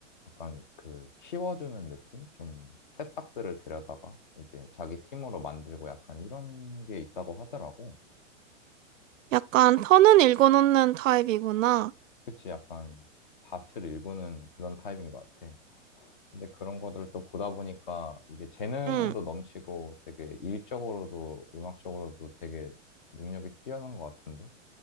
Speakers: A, on the left; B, on the right.
A: 약간 그 키워주는 느낌? 좀 새싹들을 데려다가 이제 자기 팀으로 만들고 약간 이런 게 있다고 하더라고.
B: 약간 터는 읽어놓는 타입이구나.
A: 그치, 약간 밭을 일구는 그런 타입인 것 같아. 근데 그런 거를 또 보다 보니까 이게 재능도
B: 응.
A: 넘치고 되게 일적으로도 음악적으로도 되게 능력이 뛰어난 것 같은데